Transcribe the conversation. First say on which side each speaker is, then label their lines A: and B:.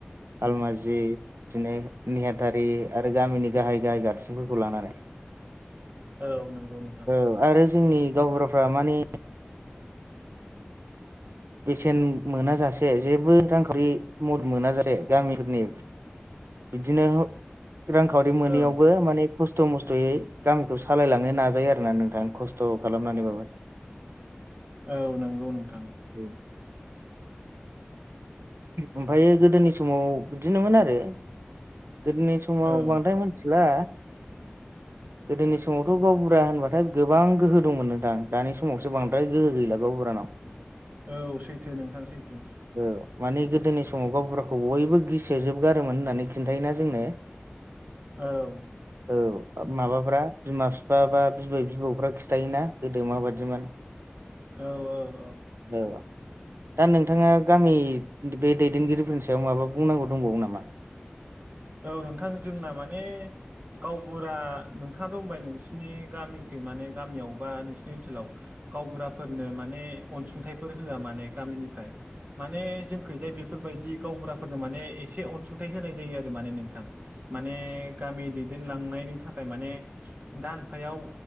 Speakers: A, on the right (about 80°); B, on the right (about 45°).
A: हालमाजि बिदिनो नेहाथारि आरो गामिनि गाहाय गाहाय गारथिंफोरखौ लानानै
B: औ नंगौ नोंथां।
A: औ आरो जोंनि गावबुराफ्रा माने बेसेन मोना जाासे जेबो रांखावरि मदद मोना जासे गामिफोरनि बिदिनो रांखावरि मोनोैयावबो
B: औ
A: माने खस्थ' मस्थ'यै गामिखौ सालायलांनो नाजायो आरोना नोंथां खस्थ' खालामनानैबाबो
B: औ नंगौ नोंथां।
A: <inaudible> ओमफायो गोदोनि समाव बिदिनोमोन आरो गोदोनि सम समाव
B: औ
A: बांद्राय मिथिला
B: <inaudible>
A: गोदोनि समावथ' गावबुरा होनबाथाय गोबां गोहो दंमोन नोंथां दानि समावसो बांद्राय गोहो गैला गावबुरानाव
B: औ सैथो नोंथां सैथो।
A: औ माने गोदोनि समाव गावबुराखौ बयबो गिसोजोबगारोमोन होननानै खिन्थायोना जोंनो
B: औ
A: औ माबाफ्रा बिमा-बिफा बा बिबै-बिबौफ्रा खिथायोना गोदो माबायदिमोन?
B: औ औ औ
A: औ दा नोंथाङा गामि बे दैदेनगिरिफोरनि सायाव माबा बुंनांगौ दंबावो नामा
B: औ नोंथां जोंना माने गावबुरा नोंथाङा दं होनबाय नोंसिनि गामिखै माने गामियाव बा नोंसिनि ओनसोलाव गावबुराफोरनो माने अनसुंथाइफोर होआ माने गामिनिफ्राय माने जोंखैजाय बेफोरबायदि गावबुराफोरनो माने एसे अनसुंथाइ होनाय जायो आरो माने नोंथां माने गामि दैदेनलांनायनि थाखाय माने दानफायाव